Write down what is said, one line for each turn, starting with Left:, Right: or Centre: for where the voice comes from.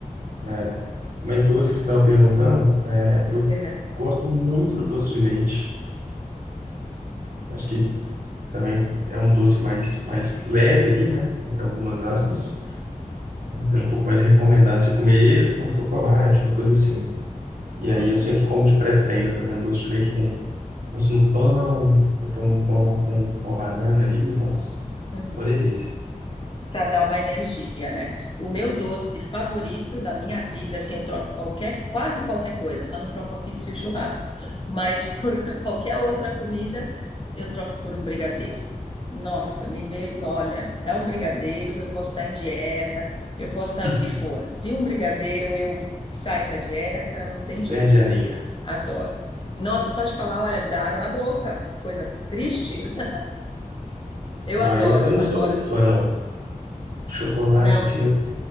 Right: é. Mas doce que você estava perguntando, é, eu
Left: Uhum,
Right: gosto muito do doce de leite, acho que Também é um doce mais, mais leve ali, né? Entre algumas aspas.
Left: uhum,
Right: É um pouco mais recomendado você comer ele do que um chocolate, uma coisa assim. E aí
Left: uhum,
Right: eu sempre como de pré-treino também um doce de leite com, com isso no pão, ou então um pão com com uma banana ali. Nossa,
Left: uhum.
Right: uma delícia.
Left: para dar uma energia, né? O meu doce favorito da minha vida, assim, eu troco qualquer, quase qualquer coisa, só não troco a pizza e o churrasco, mas por <laughs> qualquer outra comida, eu troco por um brigadeiro. Nossa, me vê, olha, dá um brigadeiro, eu posso estar em dieta, eu posso
Right: <laughs>
Left: estar o que for. Vi um brigadeiro, eu saio da dieta, não tem jeito.
Right: Perde a linha.
Left: Adoro. Nossa, só de falar, olha, me dá água na boca, que coisa triste. <laughs> Eu
Right: Ah,
Left: adoro,
Right: eu, eu não
Left: adoro
Right: sou muito
Left: doce.
Right: fã, não. Chocolate,
Left: Não,
Right: assim, eu